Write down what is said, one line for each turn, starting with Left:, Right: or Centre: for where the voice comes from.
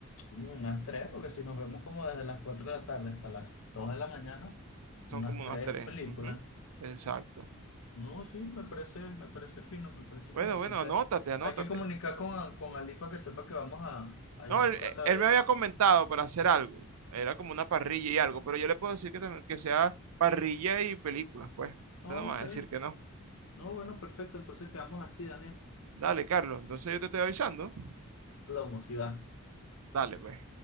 Left: Mm, Unas tres, porque si nos vemos como desde las cuatro de la tarde hasta las dos de la mañana.
Right: Son
Left: unas
Right: como
Left: tres
Right: unas tres.
Left: películas.
Right: Ujú. Exacto.
Left: No, sí, me parece, me parece fino, me parece
Right: Bueno,
Left: fino. Entonces,
Right: bueno, anótate, anótate.
Left: hay que comunicar con, con Ali para que sepa que vamos a, allá
Right: No,
Left: a su
Right: él, eh,
Left: casa a
Right: él
Left: ver.
Right: me había comentado para hacer algo. Era como una parrilla y algo, pero yo le puedo decir que, también- que sea parrilla y películas, pues.
Left: Ah,
Right: Yo no me
Left: ok,
Right: voy a decir que no.
Left: no, bueno, perfecto. Entonces quedamos así, Daniel.
Right: Dale, Carlos, entonces yo te estoy avisando.
Left: Plomo, si va.
Right: Dale, pues.